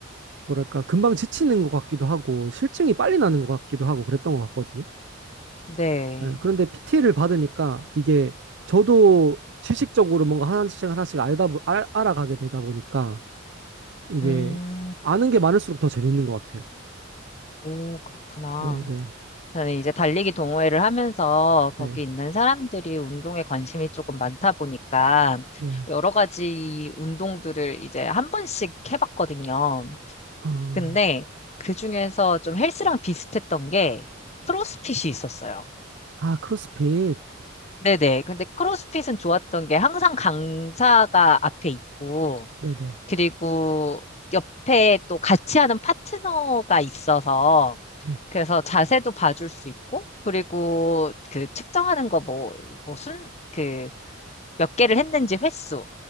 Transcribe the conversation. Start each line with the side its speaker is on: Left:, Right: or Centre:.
Right: 뭐랄까 금방 지치는 것 같기도 하고 실증이 빨리 나는 것 같기도 하고 그랬던 것 같거든요.
Left: 네.
Right: 네, 그런데 PT를 받으니까 이게 저도 지식적으로 뭔가 하나씩 하나씩 알다, 보- 알, 알아가게 되다 보니까 이게
Left: 음,
Right: 아는 게 많을수록 더 재밌는 것 같아요.
Left: 오, 그렇구나.
Right: 네, 네,
Left: 저는 이제 달리기 동호회를 하면서 거기
Right: 네,
Left: 있는 사람들이 운동에 관심이 조금 많다 보니까
Right: 네.
Left: 여러 가지 운동들을 이제 한 번씩 해봤거든요.
Right: 어,
Left: 근데 그 중에서 좀 헬스랑 비슷했던 게 크로스핏이 있었어요.
Right: 아, 크로스핏.
Left: 네네. 근데 크로스핏은 좋았던 게 항상 강사가 앞에 있고
Right: 네, 네,
Left: 그리고 옆에 또 같이 하는 파트너가 있어서
Right: 네.
Left: 그래서 자세도 봐줄 수 있고 그리고 그 측정하는 거 뭐, 뭐 순, 그 몇 개를 했는지 횟수